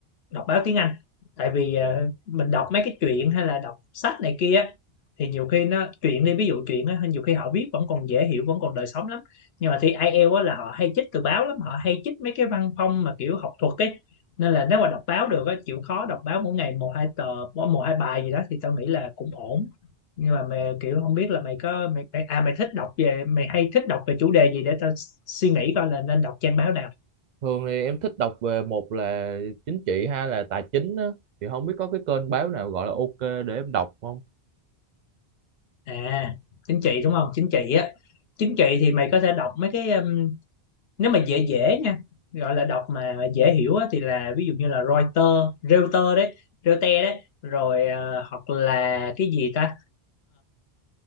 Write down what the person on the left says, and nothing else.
đọc báo tiếng Anh tại vì ờ, mình đọc mấy cái truyện hay là đọc sách này kia á, thì nhiều khi nó truyện đi ví dụ truyện á nhiều khi họ viết vẫn còn dễ hiểu vẫn còn đời sống lắm nhưng mà thi IELTS á là họ hay chích từ báo lắm họ hay chích mấy cái văn phong mà kiểu học thuật ấy nên là nếu mà đọc báo được á chịu khó đọc báo mỗi ngày một hai tờ một hai bài gì đó thì tao nghĩ là cũng ổn nhưng mà mày, kiểu không biết là mày có mày, mày à mày thích đọc về mày hay thích đọc về chủ đề gì để tao suy nghĩ coi là nên đọc trang báo nào
à chính trị đúng không chính trị á chính trị thì mày có thể đọc mấy cái um, nếu mà dễ dễ nha gọi là đọc mà dễ hiểu á, thì là ví dụ như là Reuters Reuters đấy Reuters đấy rồi ờ, hoặc là cái gì ta